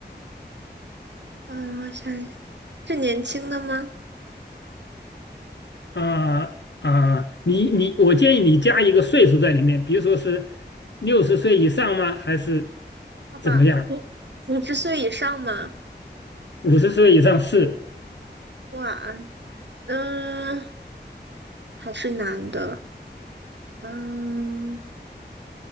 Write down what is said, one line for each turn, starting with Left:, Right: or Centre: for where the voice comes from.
Right: 嗯，我想一下，是年轻的吗？
Left: 啊啊，你你，我建议你加一个岁数在里面，比如说是六十岁以上吗？还是
Right: 好吧，
Left: 怎么样？
Right: 五五十岁以上吗？
Left: 五十岁以上是
Right: 哇，嗯，还是男的。嗯，